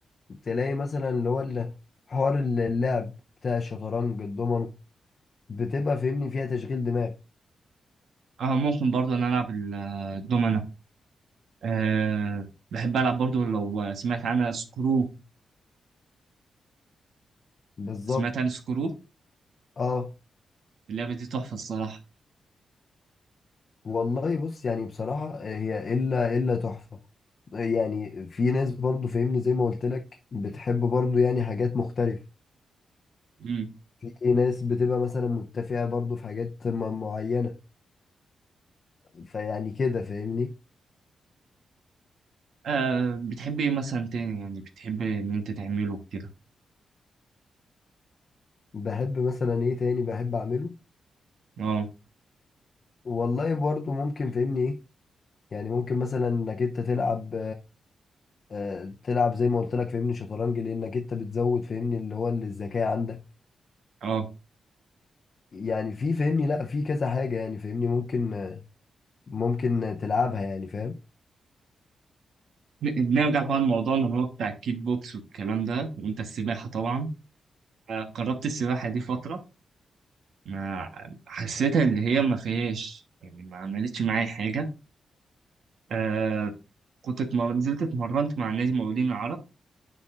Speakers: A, on the left; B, on the right.
A: تلاقي مثلا اللي هو ال- حوار ال- اللعب بتاع الشطرنج الضمنه بتبقى فاهمني فيها تشغيل دماغ
B: اه ممكن برضه أنا ألعب ال- الدومنة آه بحب ألعب برضه لو سمعت عنها سكرو
A: بالظبط
B: سمعت عن سكرو
A: اه
B: اللعبة دي تحفة الصراحة
A: والله بص يعني بصراحة هي الا الا تحفة يعني في ناس برضو فاهمني زي ما قلت لك بتحب برضو يعني حاجات مختلفة
B: امم
A: في ناس بتبقى مثلا متفقة برضو في حاجات م- معينة فيعني كده فاهمني
B: آه بتحب ايه مثلا تاني يعني بتحب ان انت تعمله كده
A: بحب مثلا ايه تاني بحب اعمله
B: اه
A: والله برضو ممكن فهمني ايه يعني ممكن مثلا انك انت تلعب آه، تلعب زي ما قلت لك فهمني شطرنج لانك انت بتزود فهمني اللي هو الذكاء عندك
B: اه
A: يعني في فهمني لا في كذا حاجة يعني فهمني ممكن آه، ممكن تلعبها يعني فاهم
B: ن- نرجع بقى لموضوعنا اللي هو بتاع الكيك بوكس والكلام ده وانت السباحة طبعا آه جربت السباحة دي فترة ما حسيتها اللي هي ما فيهاش يعني ما عملتش معايا حاجة آه كنت اتمر... نزلت اتمرنت مع نادي مقاولين العرب